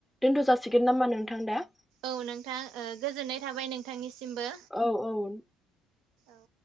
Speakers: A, in the centre; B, on the right (about 75°).
A: दोनथ' जासिगोन नामा नोंथां दा?
B: औ नोंथां ओ गोजोननाय थाबाय नोंथांनिसिमबो
A: औ औ
B: औ